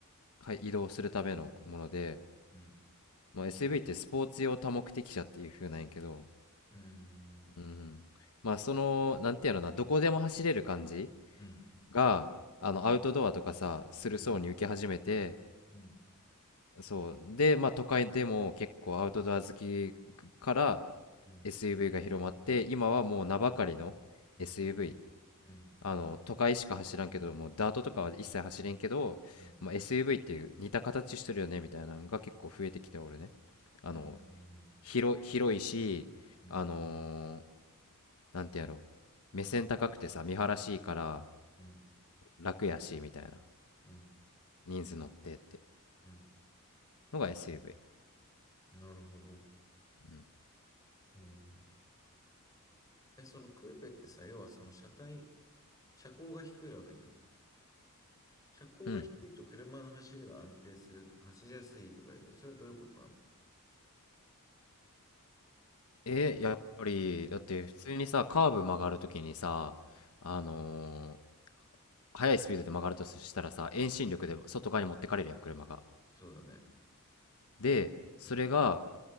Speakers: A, on the left; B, on the left.
A: はい移動するためのもので、
B: うん、
A: まあ、SUV ってスポーツ用多目的車っていう風なんやけど、
B: うん、うん、
A: うん。まあその、なんていうのかな、どこでも走れる感じ
B: うん、
A: が、あの、アウトドアとかさ、する層に受け始めて、
B: うん、うん、
A: そう。で、まあ都会でも結構アウトドア好きから
B: うん、
A: SUV が広まって、今はもう名ばかりの
B: うん、
A: SUV。
B: うん、
A: あの、都会しか走らんけど、もうダートとかは一切走れんけど、
B: うん、
A: まあ、SUV っていう似た形してるよね、みたいなのが結構増えてきておるね。あの、
B: うん、うん、
A: 広、広いし、
B: うん、
A: あのーなんてやろう、目線高くてさ、見晴らしいから
B: う
A: 楽やし、みたいな。
B: ん、
A: 人数乗ってって
B: うん
A: のが SUV。
B: なるほど。
A: うん。
B: うんえ、そのクーペってさ、要はその車体、車高が低いわけじゃん。車高が低いと車の走りが安定するとか、
A: うん。
B: 走りやすいとか言うけど、それはどういうことなの
A: えーやっぱり、だって普通にさ、カーブ曲がるときにさ、あのー速いスピードで曲がるとしたらさ、遠心力で外側に持ってかれるやん、車が。
B: そうだね。
A: で、それが、
B: うん。